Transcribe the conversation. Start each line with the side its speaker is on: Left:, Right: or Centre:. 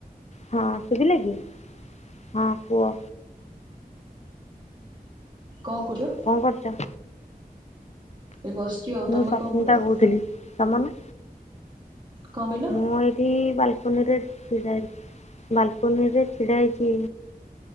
Left: ହଁ ଶୁଭିଲା କି? ହଁ କୁହ?
Right: କଣ କରୁଚୁ?
Left: କଣ କରୁଚ?
Right: ଏ ବସିଚି ଆଉ।
Left: ମୁଁ
Right: ତମେ
Left: ସସ୍ମିତା
Right: କଣ କରୁଚ?
Left: କହୁଥିଲି ତମ ନାଁ?
Right: କଣ କହିଲ?
Left: ମୁଁ ଏଇଠି ବାଲକୁନିରେ ଛିଡ଼ା ବାଲକୁନିରେ ଛିଡ଼ା ହେଇଛି।